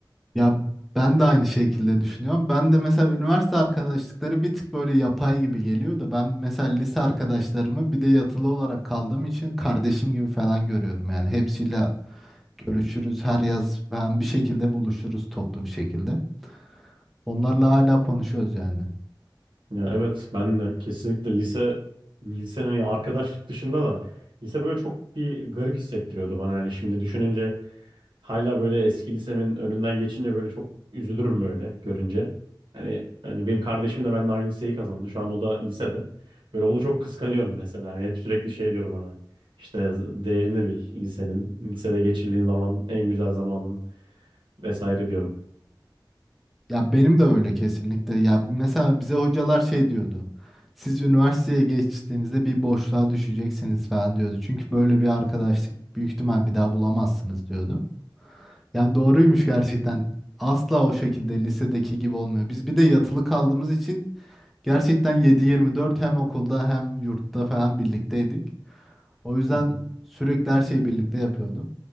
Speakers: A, in the centre; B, on the right.
A: Ya ben de aynı şekilde düşünüyorum. Ben de mesela üniversite arkadaşlıkları bir tık böyle yapay gibi geliyor da ben mesela lise arkadaşlarımı bir de yatılı olarak kaldığım için kardeşim gibi falan görüyorum. Yani hepsiyle görüşürüz her yaz ben bir şekilde buluşuruz toplu bir şekilde. Onlarla hala konuşuyoruz yani.
B: Ya evet ben de kesinlikle lise lise hani arkadaşlık dışında da lise böyle çok bir garip hissettiriyordu bana yani şimdi düşününce Hala böyle eski lisemin önünden geçince böyle çok üzülürüm böyle görünce. Hani hani benim kardeşim de benimle aynı liseyi kazandı. Şu an o da lisede. Böyle onu çok kıskanıyorum mesela. Hani hep sürekli şey diyorum ona. İşte değerini bil lisenin. Lisede geçirdiğin zaman en güzel zamanın vesaire diyorum.
A: Ya benim de öyle kesinlikle. Ya mesela bize hocalar şey diyordu. Siz üniversiteye geçtiğinizde bir boşluğa düşeceksiniz falan diyordu. Çünkü böyle bir arkadaşlık büyük ihtimal bir daha bulamazsınız diyordu. Yani doğruymuş gerçekten. Asla o şekilde lisedeki gibi olmuyor. Biz bir de yatılı kaldığımız için gerçekten 7-24 hem okulda hem yurtta falan birlikteydik. O yüzden
B: Hı hı.
A: sürekli her şeyi birlikte yapıyorduk.